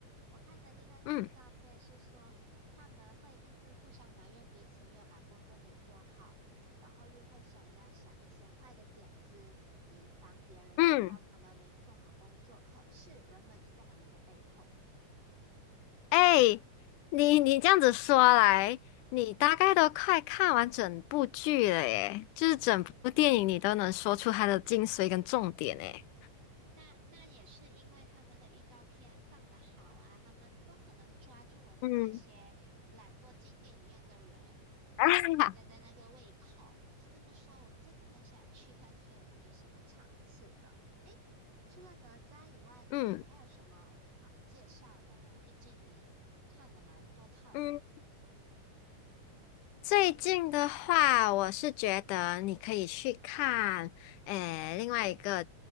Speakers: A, on the right; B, on the left.
A: 我看的另外一个预告片是说，
B: 嗯
A: 他们会一直互相埋怨彼此没有把工作给做好，然后又会想要想一些坏的点子，以防别人知道他们没做好工作。
B: 嗯，
A: 可是人们就在他们的背后。
B: 哎，你你这样子说来，你大概都快看完整部剧了耶，就是整部电影你都能说出它的精髓跟重点诶。
A: 那那也是因为他们的预告片放得好啊，他们都很能抓住我们这些懒惰进电影院的人的的的那个胃口。
B: 嗯，<laughs> 啊，
A: 你这么说，我真的很想去看看有有什么场次的。除了哪吒以外，你还有什么好介绍的吗？
B: 嗯
A: 毕竟你看了蛮多套的。
B: 嗯。最近的话，我是觉得你可以去看，诶，另外一个